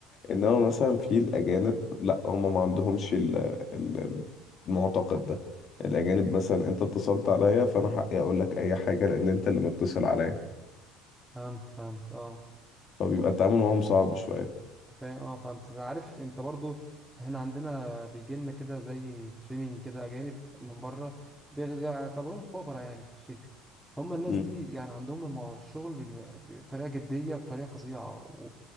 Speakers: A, on the left; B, in the centre.
A: انما مثلا في الاجانب لا هم ما عندهمش ال- ال- المعتقد ده الأجانب مثلا أنت اتصلت عليا فأنا حقي أقول لك أي حاجة لأن أنت اللي متصل عليا
B: فهمت فهمت اه
A: فبيبقى التعامل معاهم صعب شوية
B: انت فاهم اه فانت عارف انت برضو احنا عندنا بيجي لنا كده زي تريننج كده اجانب من بره بيعتبروهم خبراء يعني في الشركه هم الناس
A: مم.
B: دي يعني عندهم المو- الشغل بطريقه جديه بطريقه فظيعه و...